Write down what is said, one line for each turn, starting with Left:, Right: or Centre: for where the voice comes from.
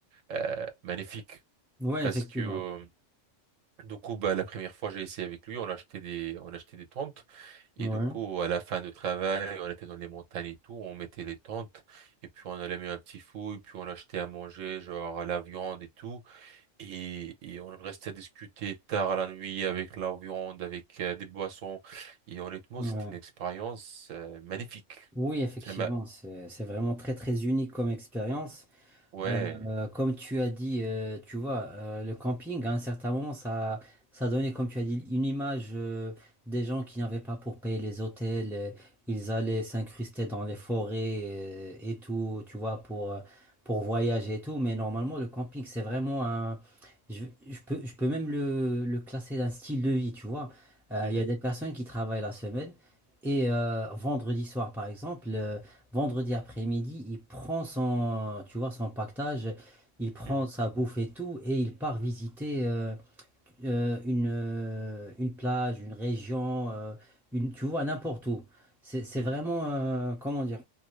Right: euh, magnifique
Centre: Ouais,
Right: parce
Centre: effectivement.
Right: que, euh, du coup, bah, la première fois, j'ai essayé avec lui, on a acheté des, on a acheté des tentes. Et
Centre: ouais.
Right: du coup, à la fin du travail, on était dans les montagnes et tout, on mettait les tentes. Et puis, on allait mettre un petit fou, et puis on achetait à manger, genre la viande et tout. Et, et on restait à discuter tard à la nuit avec la viande, avec euh, des boissons. Et honnêtement,
Centre: Ouais.
Right: c'était une expérience euh, magnifique.
Centre: Oui, effectivement,
Right: Ça m'a,
Centre: c'est, c'est vraiment très, très unique comme expérience.
Right: ouais.
Centre: Euh, comme tu as dit, euh, tu vois, euh, le camping, à un certain moment, ça, ça donnait, comme tu as dit, une image euh, des gens qui n'avaient pas pour payer les hôtels. euh, ils allaient
Right: Mhm.
Centre: s'incruster dans les forêts euh, et tout, tu vois, pour, euh, pour voyager et tout. Mais normalement, le camping, c'est vraiment un... Je, je peux, je peux même le, le classer d'un style de vie, tu vois. Euh,
Right: Mhm.
Centre: Il y a des personnes qui travaillent la semaine et euh, vendredi soir, par exemple. euh, Vendredi après-midi, il prend son, tu vois, son pactage, il prend
Right: Mhm.
Centre: sa bouffe et tout, et il part visiter euh, euh, une, euh, une plage, une région, euh, une, tu vois, n'importe où. C'est, c'est
Right: Mhm.
Centre: vraiment, euh, comment dire,